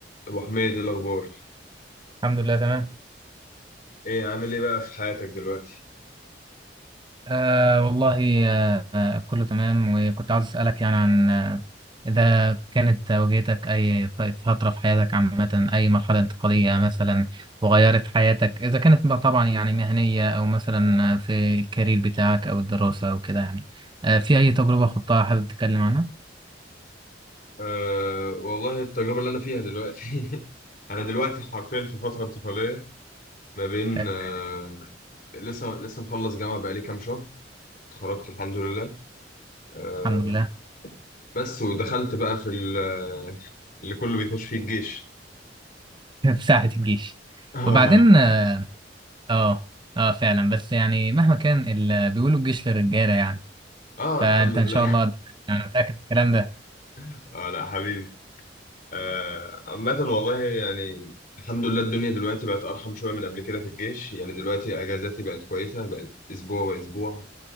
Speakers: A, on the left; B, on the right.
A: ابو حميد إيه الاخبار
B: الحمد لله تمام
A: ايه عامل ايه بقى في حياتك دلوقتي
B: آه والله آه آه، كله تمام وكنت عاوز أسألك يعني عن آه إذا كانت واجهتك أي ف- فترة في حياتك عامة أي مرحلة انتقالية مثلا وغيرت حياتك إذا كانت بقى طبعا يعني مهنية أو مثلا في الكارير بتاعك أو الدراسة أو كده يعني آه في أي تجربة خضتها حابب تتكلم عنها؟
A: أه والله التجربه اللي انا فيها دلوقتي <laughs> انا دلوقتي حرفيا في فتره انتقاليه ما بين
B: آه،
A: أه لسه لسه مخلص جامعه بقالي كام شهر اتخرجت الحمد لله أه
B: الحمد لله
A: بس ودخلت بقى في ال- آه، اللي كله بيخش فيه الجيش
B: <laughs> في ساعة الجيش
A: اه
B: وبعدين آه آه آه، فعلا بس يعني مهما كان ال- بيقولوا الجيش للرجالة يعني
A: اه
B: فأنت
A: الحمد لله
B: إن شاء الله يعني متأكد من الكلام ده
A: <laughs> اه لا حبيبي آه عامة والله يعني الحمد لله الدنيا دلوقتي بقت أرحم شوية من قبل كده في الجيش يعني دلوقتي أجازاتي بقت كويسة بقت أسبوع وأسبوع